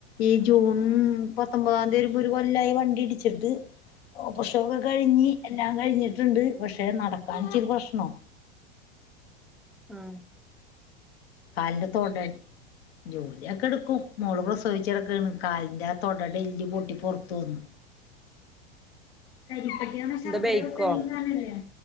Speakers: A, on the left; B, in the centre.
A: ഈ ജൂൺ പത്തൊമ്പതാംതി വരുമ്പോരു കൊല്ലായി വണ്ടി ഇടിച്ചിട്ട് ഓപർക്ഷൊക്കെ കഴിഞ് എല്ലാം കഴിഞ്ഞിട്ടുണ്ട്. പക്ഷെ നടക്കാൻ ഇച്ചിരി പ്രശ്നം
B: ഉം
A: കാൽന്റെ തൊട ജോലിയൊക്കെ എടുക്കും, മോള് പ്രസവിച്ചെടക്കണ്, കാലിന്റെ ആ തൊടടെല്ല് പൊട്ടി പൊറത്ത് വന്നു കരിപ്പട്ടി നമ്മ ശർക്കര
B: എന്താ ബൈക്കോ
A: പോലെത്തന്നെ രു സാനല്ലേ